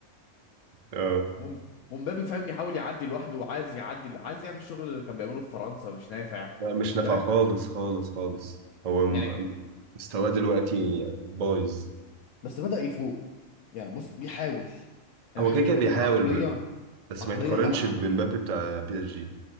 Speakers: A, on the right; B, on the left.
A: اه
B: وم- ومبابي فاهم يحاول يعدي لوحده وعايز يعدي عايز يعمل الشغل اللي كان بيعمله في فرنسا مش نافع
A: لا مش نافع
B: فاهم
A: خالص خالص خالص هو م-
B: يعني
A: م- مستواه دلوقتي يعني بايظ
B: بس بدأ يفوق يعني بص بيحاول انا
A: هو
B: بحب
A: كده
B: مبابي
A: كده بيحاول
B: عقلية
A: ب- بس
B: عقلية
A: ما يتقارنش
B: لا ع-
A: بمبابي بتاع بي اس جي